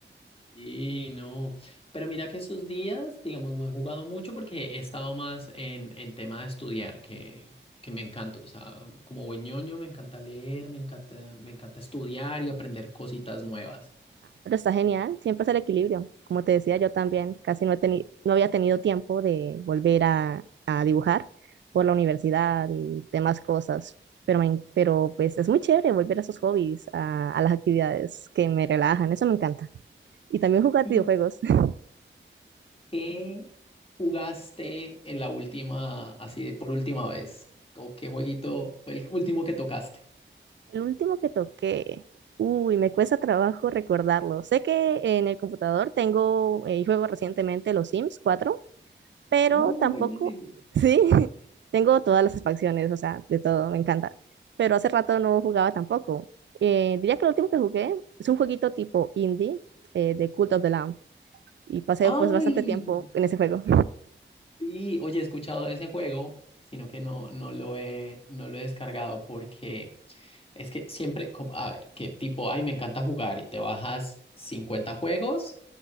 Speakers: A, on the left; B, on the right.
A: Y no, pero mira que esos días, digamos, no he jugado mucho porque he estado más en, en tema de estudiar, que, que me encanta, o sea, como buen ñoño me encanta leer, me encanta, me encanta estudiar y aprender cositas nuevas.
B: Pero está genial, siempre es el equilibrio. Como te decía, yo también casi no, he teni- no había tenido tiempo de volver a, a dibujar por la universidad y demás cosas. Pero, me en- pero pues es muy chévere volver a esos hobbies, a, a las actividades que me relajan, eso me encanta. Y también jugar
A: ¿Y
B: videojuegos. <laughs>
A: qué jugaste en la última, así de por última vez? ¿O qué jueguito fue el último que tocaste?
B: El último que toqué, uy, me cuesta trabajo recordarlo. Sé que en el computador tengo, eh, juego recientemente los Sims 4 pero
A: ¡Ay,
B: tampoco,
A: buenísimo!
B: sí, <laughs> tengo todas las facciones, o sea, de todo, me encanta. Pero hace rato no jugaba tampoco. Eh, diría que lo último que jugué es un jueguito tipo indie eh, de Cult of the Lamb y pasé
A: ¡Ay!
B: pues bastante tiempo en ese juego.
A: Sí, oye, he escuchado de ese juego, sino que no, no lo he, no lo he descargado porque... Es que siempre, como- a ver, que tipo, ay, me encanta jugar y te bajas 50 juegos